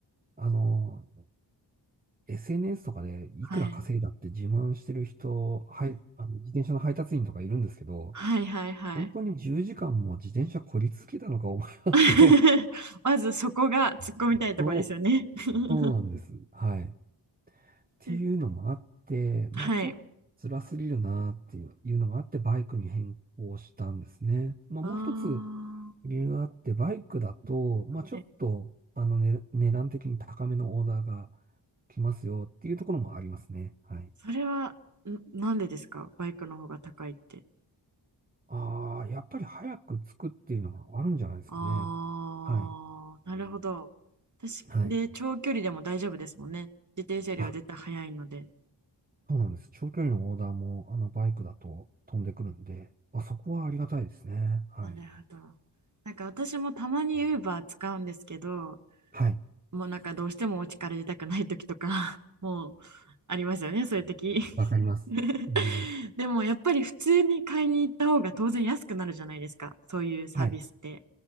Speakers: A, on the right; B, on the right.
A: あのー SNS とかでいくら稼いだって自慢してる人、
B: い
A: はい、あの自転車の配達員とかいるんですけど、
B: はいはいはい
A: 本当に10時間も自転車こり続けたのか、お前はって
B: <laughs> まずそこが突っ込みたいとこですよね
A: <laughs> そう、
B: <laughs>
A: そうなんです。はい。っていうのもあって、
B: で
A: まあちょっと辛すぎるなっていうのがあって、
B: はい
A: バイクに変更したんですね。まあもう一つ
B: あー
A: 理由があって、バイクだと、まあちょっと、
B: はい
A: あの、ね、値段的に高めのオーダーが来ますよっていうところもありますね。はい。
B: それはんなんでですかバイクの方が高いって
A: ああ、やっぱり早く着くっていうのがあるんじゃないですかね。
B: ああ、
A: は
B: なるほど。確かで、
A: い。はい。
B: 長距離でも大丈夫ですもんね。自転車よりは絶対速いので。
A: あ、そうなんです。長距離のオーダーも、あの、バイクだと飛んでくるんで、あ、そこはありがたいですね。はい。
B: なるほど。なんか私もたまに Uber 使うんですけど、
A: はい。
B: もうなんかどうしてもお家から出たくない時とか、<laughs> もうありますよね、そういう時。
A: わかります。
B: <laughs>
A: わかります。
B: でもやっぱり普通に買いに行った方が当然安くなるじゃないですか、そういうサービスって。
A: はい。